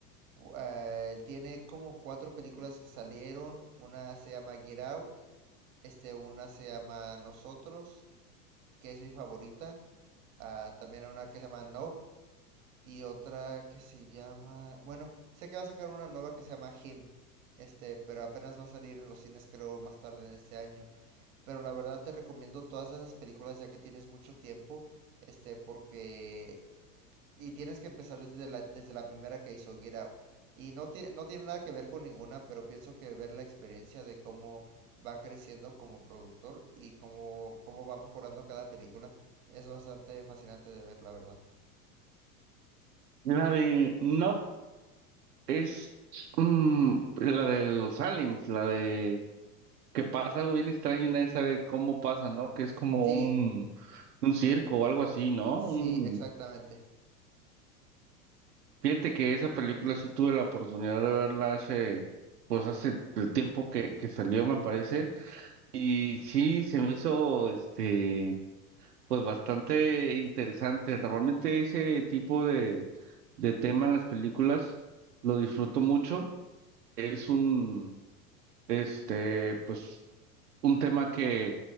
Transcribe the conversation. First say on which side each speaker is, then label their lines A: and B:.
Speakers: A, on the right; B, on the right.
A: Pu- eh, él tiene como cuatro películas que salieron, una se llama Get Out, este, una se llama Nosotros, que es mi favorita, ah, también una que se llama Nope y otra que se llama, bueno, sé que va a sacar una nueva que se llama Him, este, pero apenas va a salir en los cines creo más tarde en este año. Pero la verdad te recomiendo todas esas películas ya que tienes mucho tiempo, este, porque... Y tienes que empezar desde la, desde la primera que hizo, Get Out. Y no, tie- no tiene nada que ver con ninguna, pero pienso que ver la experiencia de cómo va creciendo como productor y cómo, cómo va mejorando cada película es bastante fascinante de ver, la verdad.
B: La de no es mm, la de los aliens, la de que pasa algo bien extraño y nadie sabe cómo pasa, ¿no? Que es como
A: Sí,
B: un, un circo o algo así, ¿no?
A: sí,
B: Un...
A: exactamente.
B: Fíjate que esa película sí tuve la oportunidad de verla hace, pues hace el tiempo que, que salió, me parece Y sí, se me hizo este pues bastante interesante. Normalmente ese tipo de, de tema en las películas lo disfruto mucho. Es un este pues un tema que